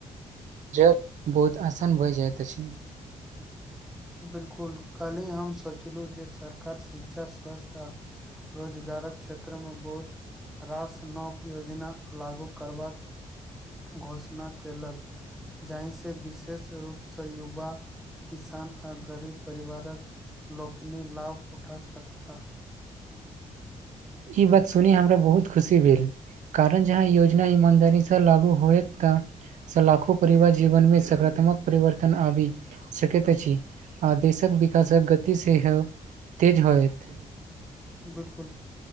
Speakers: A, on the right (about 75°); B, in the centre.
A: जब बहुत आसान भए जाइत अछि
B: बिलकुल काल्हि हम सोचलहुँ जे सरकार शिक्षा स्वस्थ आ रोजगारक क्षेत्र मे बहुत रास नव योजना लागू करबाक घोषणा केलक जाहिसँ विशेष रूपसँ युवा किसान आ गरीब परिवारक लोकनि लाभ उठा सकता
A: ई बात सुनि हमरा बहुत खुशी भेल कारण जहाँ योजना ईमानदारीसँ लागू होयत तऽ लाखो परिवार जीवन मे सकारात्मक परिवर्तन आबी सकैत अछी आ देशक विकासक गति सेहो तेज होत
B: बिलकुल